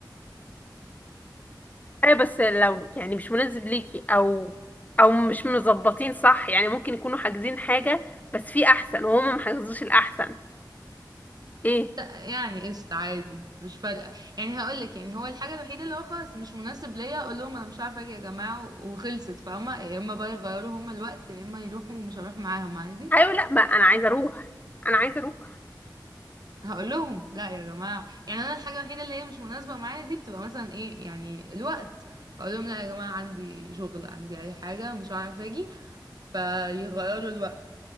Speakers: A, on the left; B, on the right.
A: ايوه بس لو يعني مش مناسب ليكي او او مش مظبطين صح يعني ممكن يكونوا حاجزين حاجة بس في احسن وهما ما حجزوش الاحسن ايه
B: لا يعني قشطة عادي مش فارقة يعني هقولك يعني هو الحاجة الوحيدة اللي هو خلاص مش مناسب ليا اقول لهم انا مش عارفة اجي يا جماعة و- وخلصت فاهمة يا اما بقى يغيروا هما الوقت يا اما يروحوا ومش هروح معاهم عادي
A: ايوه لا ما انا عايزة اروح انا عايزة اروح
B: هقول لهم لا يا جماعة يعني انا الحاجة الوحيدة اللي هي مش مناسبة معايا دي بتبقى مثلا ايه يعني الوقت فاقول لهم لا يا جماعة عندي شغل عندي اي حاجة مش عارفة اجي فيغيروا الوقت